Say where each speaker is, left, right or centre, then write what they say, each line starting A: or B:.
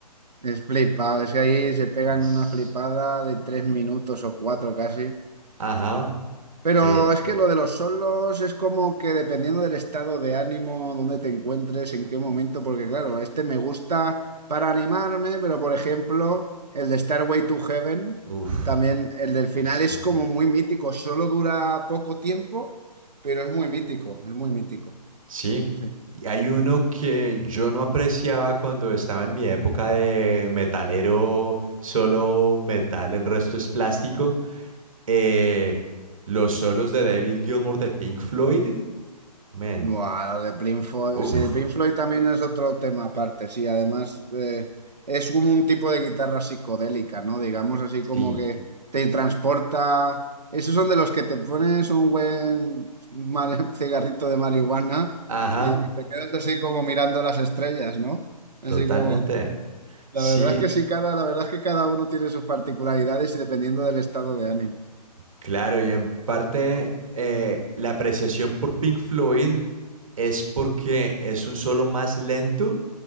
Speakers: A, on the right; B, on the right.
A: Es flipado, es que ahí se pegan
B: Es,
A: una flipada de tres minutos o cuatro casi.
B: ajá,
A: Pero
B: eh,
A: es que lo de los solos es como que dependiendo del estado de ánimo, dónde te encuentres, en qué momento, porque claro, este me gusta para animarme, pero por ejemplo, el de Starway to Heaven,
B: uf,
A: también el del final
B: ese es
A: es
B: otro.
A: como muy mítico, solo dura poco tiempo, pero es muy mítico, es muy mítico.
B: Sí,
A: sí.
B: y hay uno que yo no apreciaba cuando estaba en mi época de metalero, solo metal, el resto es plástico. eh, los solos de David Gilmour de Pink Floyd, man,
A: Buah, lo de Pink Floyd,
B: uf.
A: sí, Pink Floyd también es otro tema aparte, sí, además eh, es como un tipo de guitarra psicodélica, ¿no? Digamos así como
B: Sí,
A: que te transporta, esos son de los que te pones un buen mari- <laughs> cigarrito de marihuana
B: ajá,
A: y, y te quedas así como mirando las estrellas, ¿no? Así
B: totalmente.
A: como,
B: Mm.
A: la
B: Sí,
A: verdad es que sí, cada, la verdad es que cada uno tiene sus particularidades y dependiendo del estado de ánimo.
B: Claro, y en parte eh, la apreciación por Pink Floyd es porque es un solo más lento,